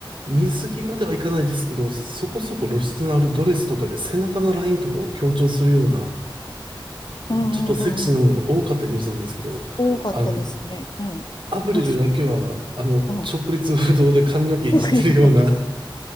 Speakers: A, on the right (about 70°); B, on the left (about 55°).
A: 水着まではいかないですけど、そこそこ露出のあるドレスとかで背中のラインとかを強調するような、
B: うんうんうんうん。
A: ちょっとセクシーなものが多かったイメージなんですけど、
B: 多かったですね。
A: あの、
B: うん。
A: アブリルだけは、
B: ファッシ
A: あの、
B: ョン。うん。
A: 直立不動で髪の毛いじってるような、
B: <laughs> 特にそうだ